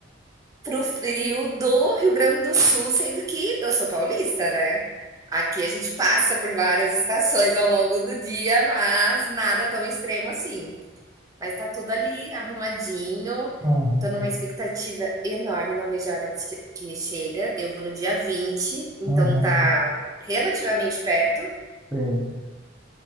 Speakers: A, on the right; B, in the centre.
A: pro frio do Rio Grande do Sul, sendo que eu sou paulista, né? Aqui a gente passa por várias estações ao longo do dia, mas nada tão extremo assim. Mas tá tudo ali arrumadinho.
B: uhum,
A: Tô numa expectativa enorme, não vejo a hora que che- que chega. Eu vou no dia 20, então
B: uhum,
A: tá relativamente perto.
B: sim.